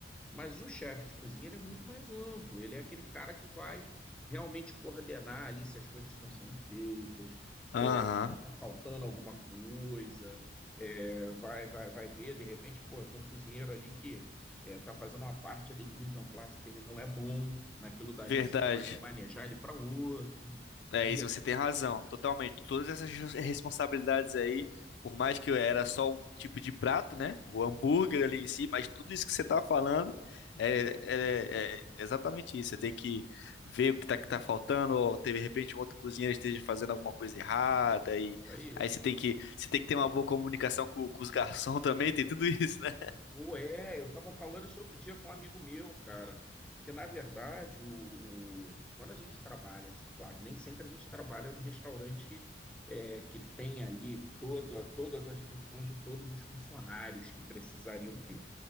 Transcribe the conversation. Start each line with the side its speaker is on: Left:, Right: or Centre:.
Centre: mas o chefe de cozinha ele é muito mais amplo, ele é aquele cara que vai realmente coordenar ali se as coisas estão sendo feitas,
Left: Aham,
Centre: é, se está faltando alguma coisa, é, vai, vai, vai ver, de repente, pô, tem um cozinheiro ali que está fazendo uma parte ali do mise en place que ele não é bom, naquilo dali
Left: verdade.
Centre: você já vai remanejar ele para outro,
Left: É
Centre: entendeu?
Left: isso, você tem razão, totalmente. Todas essas res- responsabilidades aí, por mais que era só um tipo de prato, né? O hambúrguer ali em si, mas tudo isso que você tá falando é, é- é exatamente isso. Você tem que ver o que tá, que tá faltando, ou de repente um outro cozinheiro esteja fazendo alguma coisa errada, e
Centre: Isso aí
Left: aí você tem que, você tem que ter uma boa comunicação com, com os garçons <laughs> também, tem tudo isso, né?
Centre: Pô, é, eu estava falando isso outro dia com um amigo meu, cara, que na verdade, o, o- quando a gente trabalha, assim, claro, nem sempre a gente trabalha num restaurante é, que tem ali toda, todas as funções de todos os funcionários que precisariam ter.